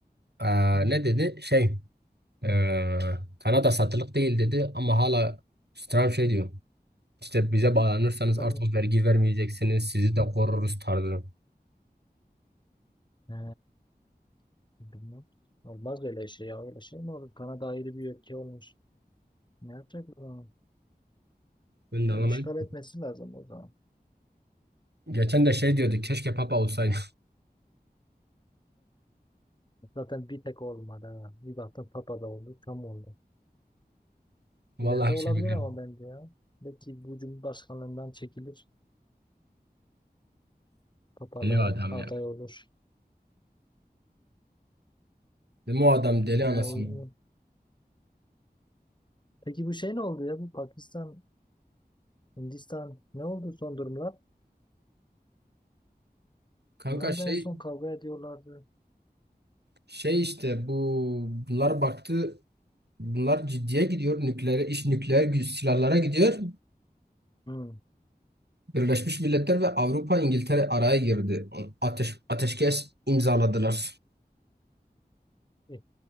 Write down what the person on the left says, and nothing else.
<laughs>
He. Bilmem. Olmaz öyle şey ya. Öyle şey mi olur? Kanada ayrı bir ülke olmuş. Ne yapacak o zaman?
E,
işgal etmesi lazım o zaman.
Zaten bir tek olmadı ha. Bir baktım Papa da oldu. Tam oldu.
İleride
olabilir
ama bence ya. Belki bu cumhurbaşkanlığından çekilir. Papalığa
aday
olur.
Yani,
peki bu şey ne oldu ya? Bu Pakistan, Hindistan ne oldu son durumlar?
Bunlar
da en son kavga ediyorlardı.
Hı.
e,